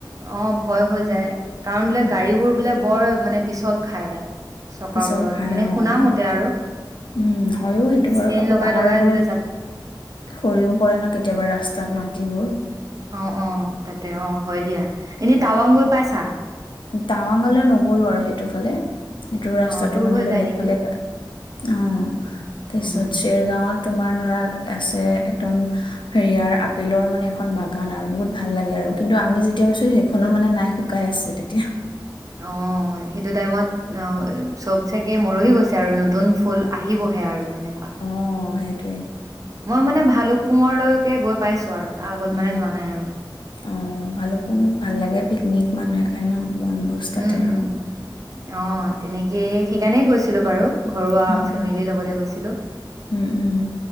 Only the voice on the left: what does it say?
উম
পিছল খাই
অ
সেইটো
উম হয়ও সেইটো বাৰু
কাকো
পাহাৰবোৰ
সৰিও পৰে ন কেতিয়াবা ৰাস্তাত মাটিবোৰ।
টাৱাঙলে নগলো আৰু সেইটোফালে সেইটো ৰাস্তাটো
মানে
বেলেগ
বেলেগ থে অ তাৰিছত
চেৰগাঁৱত তোমাৰ ধৰা আছে একদম হেৰিয়াৰ আপেলৰ মানে এখন বাগান আৰু বহুত ভাল লাগে আৰু কিন্তু আমি যেতিয়া কৈছো সেইখনো মানে নাই শুকাই আছে তে কতিয়া
অ সেইটোৱে
উম
অঁ ভালোকপুং মোক ভাল লাগে পিকনিক মানুহে খাই ন বনভোজ তাতে
আৰু
উ
উম উম